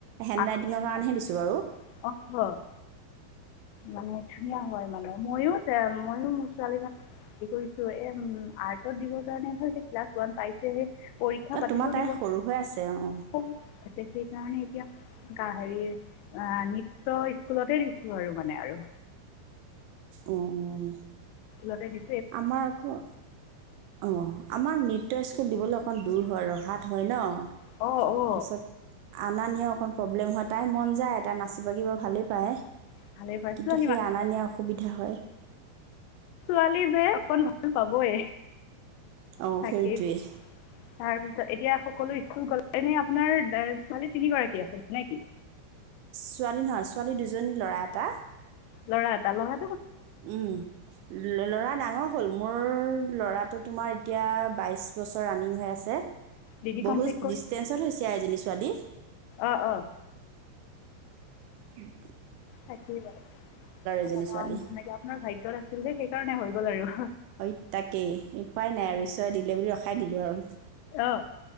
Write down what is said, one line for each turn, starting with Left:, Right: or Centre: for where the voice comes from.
Right: হেণ্ডৰাইটিঙৰ
Left: আখৰটো
Right: কাৰণেহে
Left: ভাল
Right: দিছোঁ বাৰু
Left: অঁ হয় মানে ধুনীয়া হয় মানে ময়ো তে ময়ো মোৰ ছোৱালী যান কি কৰিছো এ উম আৰ্টত দিবৰ কাৰণে ধৰা এতিয়া ক্লাছ ওৱান পাইছেহে পৰীক্ষা
Right: অঁ
Left: পাতিলেও
Right: তোমাৰ তাই
Left: দিব
Right: সৰু হৈ আছে অঁ
Left: ক সেইকাৰণে এতিয়া হেৰি অ নৃত্য স্কুলতে দিছো আৰু মানে আৰু
Right: অঁ
Left: লতে দি
Right: আমাৰ আকৌ অ আমাৰ নিত স্কুল দিবলৈ অকণ দূৰ হয় ৰহাত হয় ন
Left: অঁ
Right: তাৰপিছত
Left: অঁ
Right: অনা নিয়ে অকণ প্ৰব্লেম হয় তাই মন যায় তটা নাচি বাগিব বাৰ ভালেই পায়
Left: ভালেই পাইছোঁ
Right: কিন্তু সেই অনা নিয়া অসুবিধা হয়
Left: ছোৱালী যে অকণ ভাল পাবই
Right: অঁ
Left: তাকেই
Right: সেইটোৱেই
Left: তাৰ পিছত এতিয়া সকলো স্কুল গলে এনে আপোনাৰ ছোৱালী তিনিগৰাকী আছিলে নে কি?
Right: ছোৱালী নহয় ছোৱালী দুজনী ল'ৰা এটা
Left: ল'ৰা এটা লহ
Right: উম ল'ৰা ডাঙৰ হ'ল মোৰ ল'ৰা ততো তোমাৰ এতিয়া বাইশ বছৰ ৰানিং হৈ আছে।
Left: ডিগ্ৰী
Right: বহুত
Left: কমপ্লিট কৰি
Right: ডিষ্টেঞ্চত হৈছে এজনী ছোৱালী
Left: অঁ অঁ
Right: উম
Left: থাকাৰ মে
Right: এজনী ছোৱালী
Left: আপোনাৰ ভাদ্যয়ত আছিল যে সেইকাৰণে হয় হয়' আৰু
Right: হয় তাকেই উপায় নাই আৰু ঈশ্চৰে দিলে বুলি ৰখা খাই দিলোঁ আৰু
Left: অ